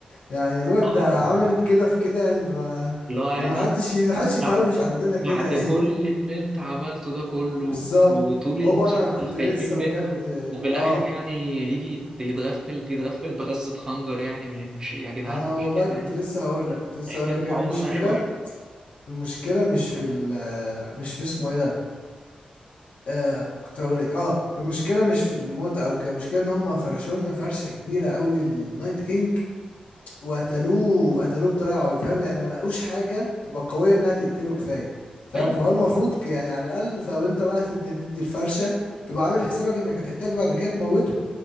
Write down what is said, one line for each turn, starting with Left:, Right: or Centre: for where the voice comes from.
Left: يعني يا دوبك
Right: اه
Left: ده عملت كده في كده يعني ده ما
Right: لا
Left: ده
Right: يعني
Left: ما حدش ما حدش يتهوش
Right: بعد
Left: عندنا
Right: بعد
Left: كده يعني
Right: كل اللي انت عملته ده كله
Left: <laughs> بالظبط
Right: وطول المسلسل
Left: هو انا كنت لسه
Right: خايفين منه
Left: بجد
Right: وفي الاخر
Left: اه
Right: يعني يجي يتغفل يتغفل بغزة خنجر يعني مش يا جدعان
Left: انا والله
Right: مش كده
Left: كنت
Right: يعني.
Left: لسه هقول لك كنت لسه
Right: احترموا
Left: هقول لك هي
Right: عقولنا
Left: المشكله
Right: شوية
Left: المشكله مش في ال مش في اسمه ايه ده آه كنت هقول ايه اه المشكله مش في الموت او كده المشكله ان هم فرشوا لنا فرشه كبيره قوي النايت كينج وقتلوه قتلوه بطريقه عبيطه فاهم يعني ما لقوش حاجه تبقى قويه انها تقتله كفايه فاهم
Right: أيوة
Left: فهو المفروض ك- يعني على الاقل طب انت بقى تبدا تدي الفرشه تبقى عامل حسابك انك هتحتاج بعد كده تموته